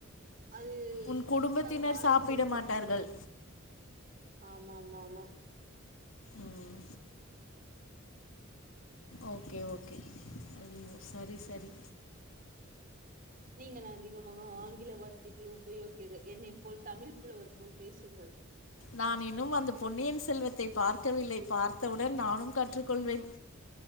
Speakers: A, on the right; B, on the left.
A: அது
B: உன்
A: துண்டு
B: குடும்பத்தினர்
A: துண்டாக வாழைக்கா
B: சாப்பிட
A: போரும்
B: மாட்டார்கள்
A: ஆமா மா மா
B: ம் ஓகே ஓகே ஐயய்யோ சரி சரி
A: நீங்க தான் அதிகமாக ஆங்கில வார்த்தைகளை உபயோகிக்கிரி என்னை போல் தமிழ் புலவர் போல் பேசுங்கள்
B: நான் இன்னும் அந்த பொன்னியின் செல்வத்தை பார்க்கவில்லை பார்த்தவுடன் நானும் கற்றுக்கொள்வேன்